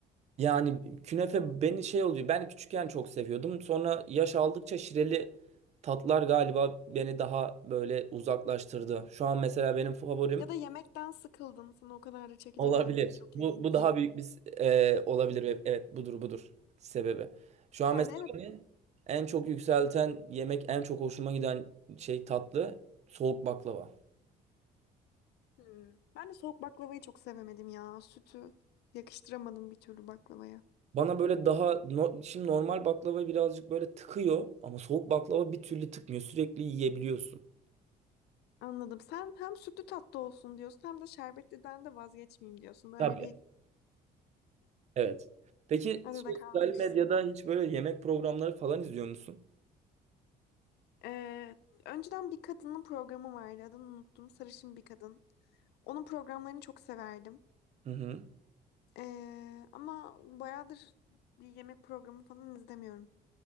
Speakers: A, on the right; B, on the left.
A: Yani künefe beni şey oluyor. Ben küçükken çok seviyordum. Sonra yaş aldıkça şireli tatlar galiba beni daha böyle uzaklaştırdı. Şu an mesela benim favorim
B: Ya da yemekten sıkıldın sana o kadar da çekici
A: Olabilir.
B: gelmiyor çok
A: Bu,
B: yediğin
A: bu
B: için.
A: daha büyük bir e, olabilir. Evet, evet, budur budur sebebi. Şu an
B: Yani
A: mesela
B: evet
A: beni en çok yükselten yemek, en çok hoşuma giden şey tatlı soğuk baklava.
B: hmm. Ben de soğuk baklavayı çok sevemedim ya sütü yakıştıramadım bir türlü baklavaya.
A: Bana böyle daha no- şimdi normal baklava birazcık böyle tıkıyor ama soğuk baklava bir türlü tıkmıyor. Sürekli yiyebiliyorsun.
B: Anladım. Sen hem sütlü tatlı olsun diyorsun hem de şerbetliden de vazgeçmeyeyim diyorsun. Böyle
A: Tabii.
B: bir
A: Evet. Peki
B: arada
A: sosyal
B: kalmışsın.
A: medyada hiç böyle yemek programları falan izliyor musun?
B: Ee, önceden bir kadının programı vardı. Adını unuttum. Sarışın bir kadın. Onun programlarını çok severdim.
A: Hı hı.
B: Ee, ama bayağıdır bir yemek programı falan izlemiyorum.